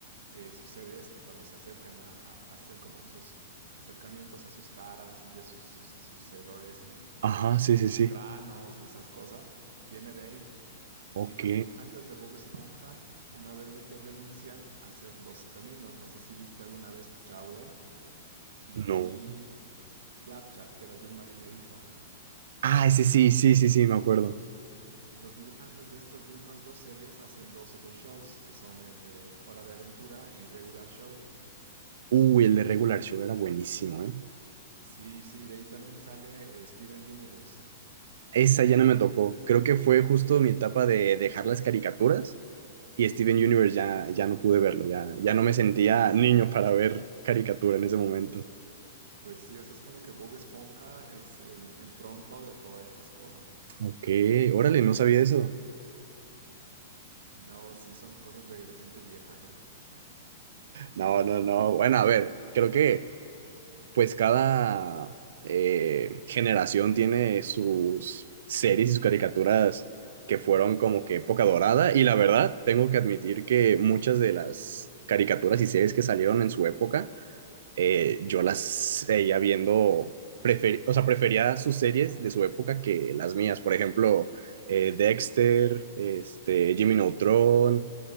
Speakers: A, on the right; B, on the right.
A: eh, sucede esto cuando se acercan a, a- a hacer como esos acercamientos a sus caras y ves sus, sus- sus errores y
B: Ajá, sí,
A: y
B: sí,
A: sus
B: sí.
A: granos y esas cosas. Viene de ahí.
B: Ok.
A: Y los dibujantes de Bob Esponja, una vez de que renuncian, hacen dos caminos. No sé si viste alguna vez Chowder y
B: No.
A: Flapjack, que era de un marinerito.
B: Ah, ese sí, sí, sí, sí, me acuerdo.
A: Y los dibujantes de estas mismas dos series hacen dos otros shows, que son el de Hora de Aventura y Regular Show.
B: Uy, el de Regular Show era buenísimo, ¿eh?
A: Sí, sí, de ahí también sale eh, Steven Universe.
B: Esa ya no me tocó. Creo que fue justo mi etapa de dejar las caricaturas y Steven Universe ya, ya no pude verlo, ya, ya no me sentía niño para ver caricatura en ese momento.
A: Pues sí, o sea, es como que Bob Esponja es el, el tronco de todas estas cosas.
B: Ok, órale, no sabía eso.
A: No, sí, son cosas de, de gente vieja, ¿no?
B: No, no, no. Bueno, a ver, creo que pues cada eh, generación tiene sus series y sus caricaturas que fueron como que época dorada y la verdad tengo que admitir que muchas de las caricaturas y series que salieron en su época eh, yo las seguía viendo, prefer, o sea, prefería sus series de su época que las mías. Por ejemplo, eh, Dexter, este, Jimmy Neutron,